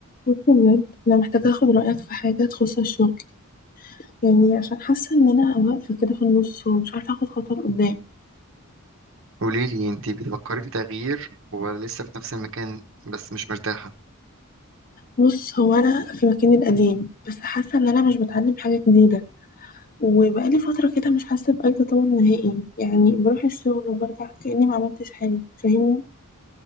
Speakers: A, on the left; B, on the right.
A: بص بجد انا محتاجه اخد رايك في حاجه تخص الشغل يعني عشان حاسه ان انا واقفه كده في النص ومش عارفه اخد خطوه لقدام
B: قوليلي انتي بتفكري في تغيير ولا لسه في نفس المكان بس مش مرتاحة
A: بص هو انا في مكاني القديم بس حاسه ان انا مش بتعلم حاجه جديده وبقالي فتره كده مش حاسه باي تطور نهائي يعني بروح الشغل وبرجع كاني ما عملتش حاجه فاهمني